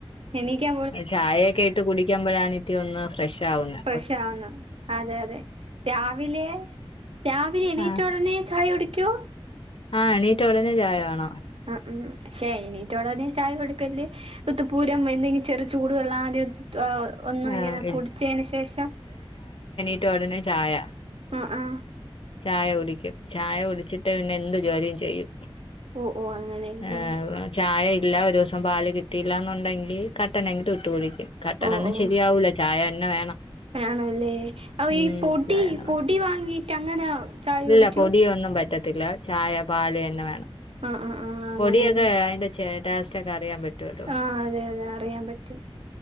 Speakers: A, on the right (about 75°); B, on the left (about 65°).
A: എണീക്കാ
B: ചായയൊക്കെ ഇട്ട് കുടിക്കുമ്പോഴാണ് പിന്നെ ഒന്ന് ഫ്രഷ് ആവുന്നത്
A: ഫ്രഷാവുന്ന് അതെ അതെ രാവിലെ രാവിലെ എണീറ്റ
B: ആഹ്
A: ഉടനെ ചായ് കുടിക്കൊ
B: ആഹ് എണീറ്റ ഒടനെ ചായ വേണം
A: ആ ഉം പക്ഷേ എണീറ്റ ഉടനെ ചായ കൊടുക്കല് ഉത്തപ്പൂരം എന്തെങ്കി ചെറു ചൂട് വെള്ളം ആദ്യം ഒന്ന് ഇങ്ങനെ
B: ആഹ്
A: കുടിച്ചതിന് ശേഷം
B: റ്റ ഉടനെ ചായ
A: ഉം ആഹ്
B: ചായ കുടിക്കും ചായ കുടിച്ചിട്ടേ പിന്നെ എന്ത് ജോലിയും ചെയ്യു.
A: ഓ ഓ അങ്ങനെയല്ലേ
B: ആഹ്. ചായ ഇല്ല ഒരു ദിവസം പാല് കിട്ടിയില്ലാന്നുണ്ടെങ്കിൽ കട്ടണെങ്കിൽ ഇട്ട് കുടിക്കും. കട്ടനൊന്നും
A: ഓ ഓ
B: ശരിയാവൂല, ചായ തന്നെ വേണം.
A: ആണല്ലേ അ
B: ഉം
A: ഈ പൊടി
B: ചായ തന്നെ
A: പൊടി
B: വേണം
A: വാങ്ങിട്ട് അങ്ങനെ ചായ
B: ഇല്ല
A: കുടിക്കൂ
B: പൊടി ഒന്നും പറ്റത്തില്ല, ചായ പാല് തന്നെ വേണം.
A: ആഹ് ആഹ് ആഹ്. അങ്ങനെയല്ലേ
B: പൊടിയൊക്കെ അതിന്റെ ടേസ്റ്റ് ഒക്കെ അറിയാൻ പറ്റും. ട്ടട്ടോ
A: ആഹ് അതെ അതെ അറിയാൻ പറ്റും